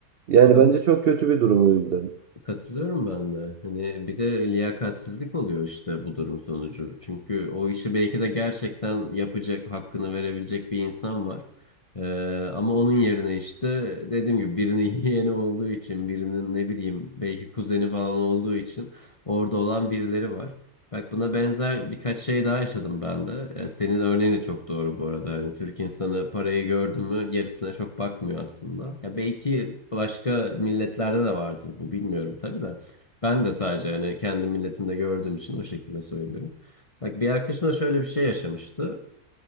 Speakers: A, on the right; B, on the left.
A: Yani
B: Ya
A: bence çok kötü bir durum o yüzden.
B: Katılıyorum ben de. Hani bir de liyakatsizlik oluyor işte bu durum sonucu. Çünkü o işi belki de gerçekten yapacak, hakkını verebilecek bir insan var. Ee, ama onun yerine işte dediğim gibi birinin <laughs> yeğeni olduğu için, birinin ne bileyim belki kuzeni falan olduğu için orada olan birileri var. Bak buna benzer birkaç şey daha yaşadım ben de. E, senin örneğin de çok doğru bu arada. Hani Türk insanı parayı gördü mü gerisine çok bakmıyor aslında. Ya belki başka milletlerde de vardır bu bilmiyorum tabii de. Ben de sadece hani kendi milletimde gördüğüm için o şekilde söylüyorum. Bak bir arkadaşım da şöyle bir şey yaşamıştı.